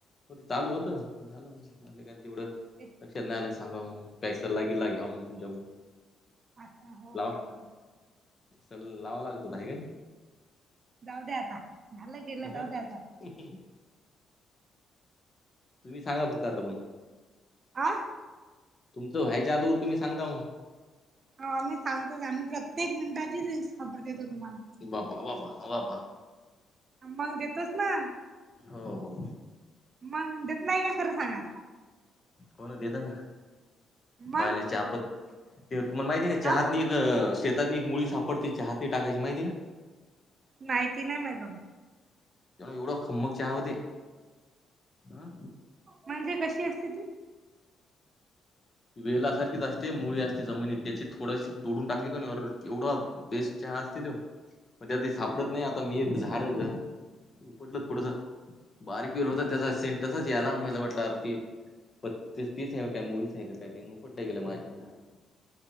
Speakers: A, on the left (about 35°); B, on the right (about 45°).
A: चालू होतं <unintelligible> तेवढं
B: ते
A: लक्षात नाय आलाय सांगाव म्हणून काही सल्ला गिला घ्याव म्हणून तुमच्याकडून
B: अच्छा हो
A: लावा
B: बरोबर.
A: सल लावावा लागत
B: आहे
A: होता हाय काय?
B: जाऊ द्या आता. झालं गेलं
A: <unintelligible>
B: जाऊ द्या आता
A: <inaudible> बरं तुम्ही सांगा फक्त आता पण
B: आ.
A: तुमंचं व्यायच्या आदोगर तुम्ही सांगता मग
B: हो आम्ही सांगतोच आम्ही प्रत्येक मिनिटाचीच खबर देतो तुम्हाला
A: बापा बाबा बाबा.
B: मग देतोचं ना.
A: हो हो.
B: मग देत नाय का खरं सांगा.
A: हो ना देेत ना
B: मग
A: माला चहापत ते तुम्हाला माहिती आहे का चहात
B: अ
A: नि त अह शेतातनी एक मुळी सापडते चहातने टाकायची माहिती का?
B: नाय ती नाय माहित बाबा.
A: पण एवढं खम्मक चहा होते अह.
B: म्हणजे कशी असते ती?
A: वेलासारखीच असते मुळी असते जमिनीत त्याची थोडं अशी तोडून टाकली का नाय आरं एवढा बेस्ट चहा असते तो पण ते त्यात सापडत नाय आता मी एक झाडं उपटलं थोडस बारीक वेल होता त्याचा सेंटसच तसाचं यायला वाटला आरं ती प ते तीच आहे काय मुळीच आहे का काय ती मग उपटल्या गेलं माझ्या कडून